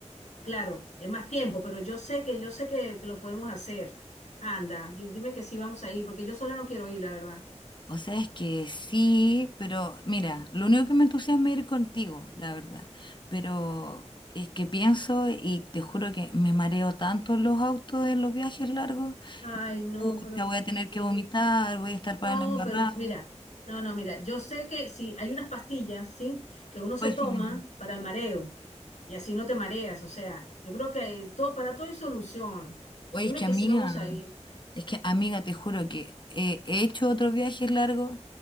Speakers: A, on the left; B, on the left.
A: claro, es más tiempo, pero yo sé que, yo sé que, que lo podemos hacer. Anda, di- dime que sí vamos a ir, porque yo sola no quiero ir, la verdad.
B: O sea, es que sí, pero mira, lo único que me entusiasma es ir contigo, la verdad, pero es que pienso y te juro que me mareo tanto en los autos, en los viajes largos.
A: Ay, no,
B: pucha,
A: pero ¿por
B: voy a tener
A: qué?
B: que vomitar, voy a estar
A: No,
B: para las marradas.
A: pero mira, no, no, mira, yo sé que sí, hay unas pastillas, ¿sí? Que uno se
B: Hoy
A: toma
B: sí lo intenté.
A: para el mareo y así no te mareas, o sea, yo creo que eh, todo, para todo hay solución.
B: Oye,
A: Dime
B: es que
A: que
B: amiga,
A: sí vamos a ir.
B: es que amiga, te juro que eh, he hecho otros viajes largos